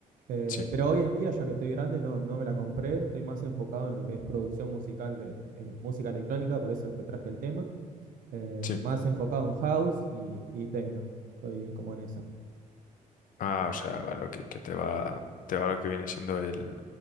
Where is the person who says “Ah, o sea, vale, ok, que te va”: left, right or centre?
Left